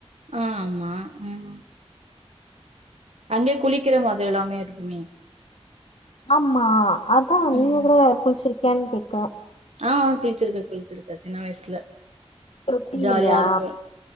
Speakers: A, on the right; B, on the left.
A: ஆமா ம் அங்கே குளிக்கிற மாதிரி எல்லாமே இருக்குமே
B: ஆமா அதா நீங்க
A: ம்.
B: கூடவா குளிச்சிருக்கியானு கேட்டே
A: ஆ குளிச்சுருக்கே குளிச்சுருக்கே சின்ன வயசுல
B: தொட்டிலையா
A: ஜாலியாருக்கு